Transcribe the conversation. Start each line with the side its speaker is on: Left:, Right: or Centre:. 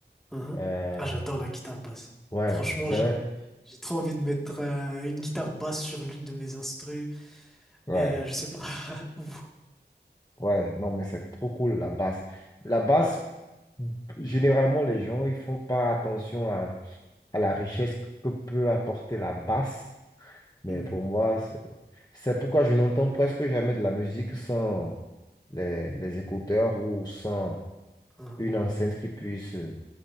Centre: Hein.
Left: Euh,
Centre: Ah, j'adore la guitare basse.
Left: ouais,
Centre: Franchement,
Left: ouais, c'est
Centre: j'ai
Left: un-
Centre: j'ai trop envie de mettre euh, une guitare basse sur l'une de mes instrus,
Left: ouais,
Centre: mais euh, je sais pas <laughs> où.
Left: ouais, non, mais c'est trop cool, la basse. La basse,
Centre: Ouais.
Left: généralement, les gens, ils font pas attention à, à la richesse que peut apporter la basse Mais
Centre: Mhm.
Left: pour moi, c'est c'est pourquoi je n'entends presque jamais de la musique sans les, les écouteurs ou sans
Centre: Hein.
Left: une enceinte qui puisse, euh,